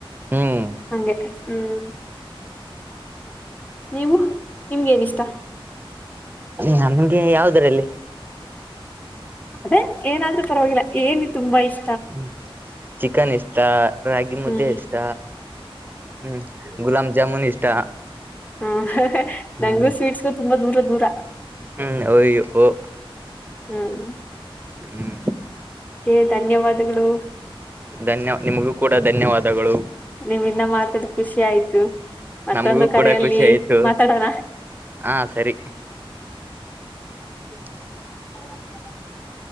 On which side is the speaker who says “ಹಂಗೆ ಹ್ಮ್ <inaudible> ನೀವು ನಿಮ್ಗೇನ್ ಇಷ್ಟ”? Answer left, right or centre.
Left